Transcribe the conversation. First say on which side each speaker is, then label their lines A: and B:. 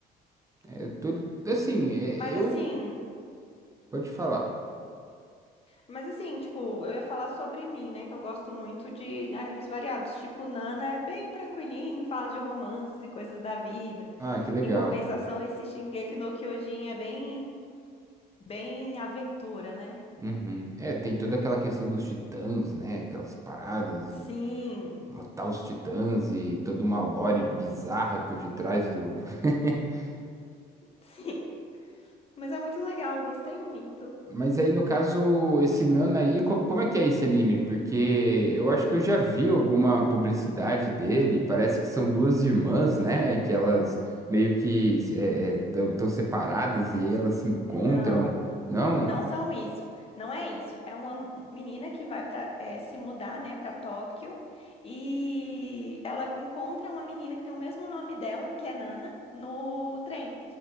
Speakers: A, on the right (about 20°); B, on the left (about 35°).
A: É, eu tô, assim, é,
B: Mas
A: eu...
B: assim.
A: Pode falar.
B: Mas assim, tipo, eu ia falar sobre mim, né? Que eu gosto muito de animes variados. Tipo, Nana é bem tranquilinho, fala de romances e coisas da vida.
A: Ah, que legal.
B: Em compensação, esse Shingeki no Kyojin é bem. Bem aventura, né?
A: Uhum. É, tem toda aquela questão dos titãs, né? Aquelas paradas
B: Sim,
A: e... matar os titãs e toda uma lore bizarra por detrás do. do- <laughs>
B: sim. Mas é muito legal, gostei muito.
A: Mas aí, no caso, esse Nana aí, co- como, é que é esse anime? Porque eu acho que eu já vi alguma publicidade dele. Parece que são duas irmãs, né? E Que elas meio que estão separadas e elas se encontram.
B: Não.
A: Não?
B: Não são isso, não é isso. É uma menina que vai para se mudar, né, para Tóquio e ela encontra uma menina que tem o mesmo nome dela, que é Nana, no trem.